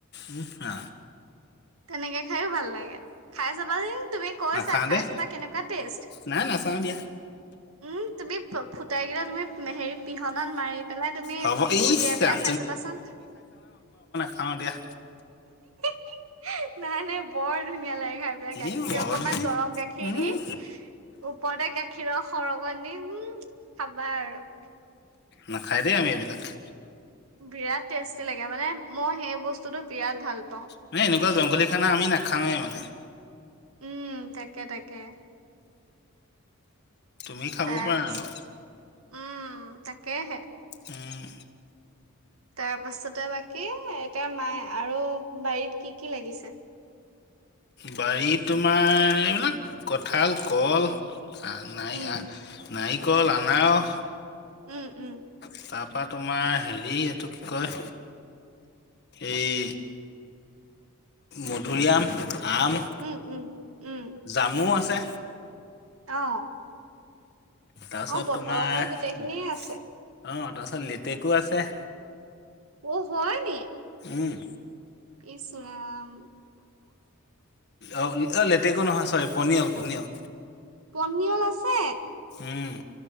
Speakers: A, on the left; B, on the right.
A: নিছা
B: তেনেকে খাইও ভাল লাগে খাই চাবা উ, তুমি কৈছা
A: নাখাওঁ
B: খাই
A: দেই
B: চাবা কেনেকুৱা টেষ্ট।
A: নাই নাচাওঁ দিয়া।
B: উম, তুমি ফুতাই গিৰা তুমি মেহেৰি পিহনাত মাৰি পেলাই তুমি
A: হ'ব
B: উলিয়াই
A: ইচ ৰাম
B: পেলাই খাই চাবাচোন।
A: অ', দিয়া
B: নাই, নাই, বৰ ধুনীয়া লাগে। খাই পেলাই গাখীৰ
A: এই বৰ
B: অকমান
A: ধুনীয়া
B: গৰম গাখীৰ
A: উম
B: দি ওপৰতে গাখীৰৰ সৰক নিম খাবা আৰু।
A: নাখায় দে আমি এইবিলাকে।
B: বিৰাট টেষ্টি লাগে মানে মই সেই বস্তুটো বিৰাট ভাল পাওঁ।
A: মানে এনেকুৱা জংঘলী খানা আমি নাখাওঁৱে মানে
B: উম, তাকে তাকে।
A: তুমি খাব
B: তাৰপিছত
A: পাৰা আৰু
B: উম, তাকেহে
A: উম,
B: তাৰ পাছতে বাকী এতিয়া মায়ে আৰু বাৰীত কি কি লাগিছে?
A: বাৰীত তোমাৰ এইবিলাক কঁঠাল ক'ল নাই
B: উম
A: আ, নাৰিকল, আনাৰস
B: উম, উম
A: তাৰ পৰা তোমাৰ হেৰি এইটো কি কয় এই মধুৰিআম, আম
B: উম, উম, উম
A: জামু আছে
B: অ',
A: তাৰপিছত
B: অ বতৰৰ
A: তোমাৰ
B: ফল
A: অ',
B: গোটেইখিনিয়ে আছে
A: তাৰপিছত লিটেকু আছে।
B: অ' হয় নি?
A: উম,
B: ইচ ৰাম
A: অ', অ', লেটেকু নহয় চৰি পনিয়ল পনিয়ল
B: পনিয়ল আছে
A: উম,